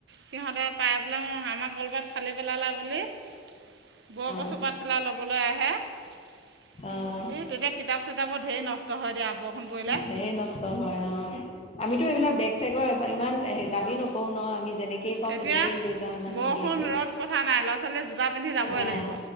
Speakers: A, on the right (about 65°); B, on the left (about 35°).
A: সিহঁতে পাই পেলা অ' আমাৰ কলপাত ফালি পেলালা বুলি বৰ
B: অ',
A: কছু। কছুপাট খিলা ল'বলৈ আহে। এই
B: অ',
A: তেতিয়া কিতাপ চিতাপো ধে নষ্ট হয় দিয়া বৰষুণ পৰিলে।
B: ধেৰ নষ্ট হয় অ', আমিতো এইবিলাক বেগ চেগৰ ইমান দাবী
A: অঁ
B: নকৰওঁ ন আমি যেনেকেই পাওঁ।
A: এতিয়া
B: তেনেকেই লৈ যাওঁ ইমান।
A: বৰষুণ
B: ধুনীয়াকে
A: ৰ'দ কথা নাই। ল'ৰা ছোৱালী জোতা পিন্ধি যাবই
B: নাই
A: লাগিব।